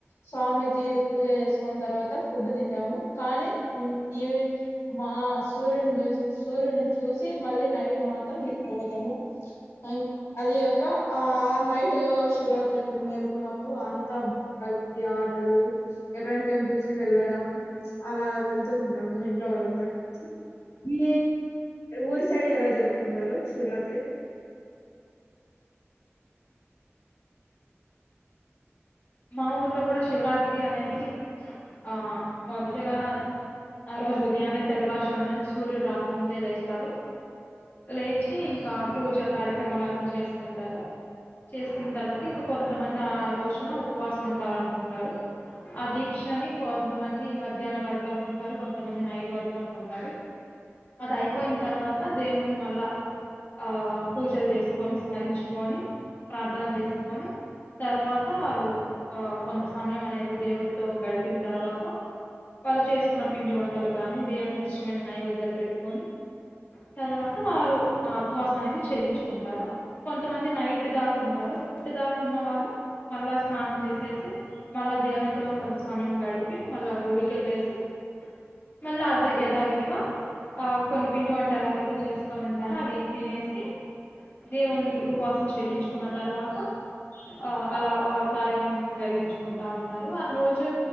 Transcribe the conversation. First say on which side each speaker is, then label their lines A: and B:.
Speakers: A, on the left (about 85°); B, on the left (about 45°).
A: స్వామికి పూజ చేసుకున్న తర్వాత ఫుడ్ తింటాము కానీ <unintelligible> మా సూర్యుని చూసి సూర్యుని చూసి మళ్ళీ నైట్ మాత్రం నిద్రపోతాము <unintelligible> అది కాక ఆ నైటు శివరాత్రి ఎప్పుడు మేల్కున్నప్పుడు అంతా కలిసి ఆటలు ఎక్కడైనా టెంపుల్స్ కి వెళ్ళడం అలా వెల్ ళ్తుంటాం ఇంట్లో వాళ్ళంతా కలిసి మీ ఊరి సైడ్ ఎలా జరుపుకుంటారు శివరాత్రి
B: మా ఊర్లో కూడా శివరాత్రి అనేది ఆ మొదటగా ఆ రోజు ఉదయాన్నే తెల్లవారుజామున సూర్యుడు రాకముందే లేస్తారు లేచి ఇంకా పూజా కార్యక్రమలు అన్నీ చేసుకుంటారు చేసుకున్న తర్వాత ఇంకా కొంతమంది ఆ రోజున ఉప్ వాసం ఉండాలనుకుంటారు ఆ దీక్షని కొంతమంది మధ్యాహ్నం వరకు అనుకుంటారు కొంతమంది నైట్ వరకు అనుకుంటారు. అది అయిపోయిన తర్వాత దేవుణ్ణి మళ్ళా ఆ పూజలు చేసుకొని స్మరించుకొని ప్రార్థన చేసుకొని తర్వాత వాళ్ళు ఆ కొంత సమయం అనేది దేవుడితో గడిపిన తర్వాత వాళ్ళు చేసుకున్న పిండి వంటలు కాగాని దేవునికి ఇష్టమైన నైవేద్యాలు పెట్టుకొని తర్వాత వారు ఆ ఉపవాసం అనేది చెల్లించుకుంటారు కొంతమంది నైట్ దాకుంటారు నైట్ దాకున్న వాళ్ళు మళ్ళా స్నానం చేసేసి మళ్ళా దేవునితో కొంత సమయం గడిపి మళ్ళా గుడికెళ్ళేసి మళ్ళా అదే యధావిధిగా ఆ కొన్ని పిండి వంట ఎలాగైతే చేసుకొని ఉంటారు అవి తినేసి దేవునికి ఉపవాసం చెల్లించుకున్న తర్వాత ఆ అలా వాళ కార్యం జరిగించుకుంటా ఉంటారు ఆ రోజు